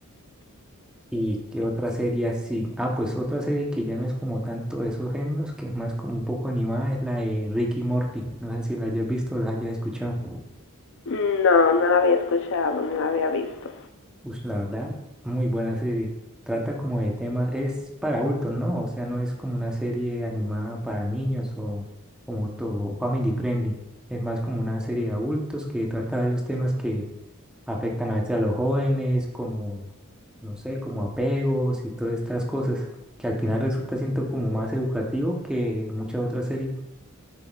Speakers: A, in the centre; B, on the left.
A: ¿Y qué otra serie así? Ah, pues otra serie que ya no es como tanto de esos géneros, que es más como un poco animada, es la de Ricky Morty. No sé si la hayas visto o la hayas escuchado.
B: No, no la había escuchado, ni la había visto.
A: Pues la verdad, muy buena serie. Trata como de temas, es para adultos, ¿no? O sea, no es como una serie animada para niños o como todo family friendly. Es más como una serie de adultos que trata varios temas que afectan a veces a los jóvenes, como, no sé, como apegos y todas estas cosas, que al final resulta siento como más educativo que muchas otras series.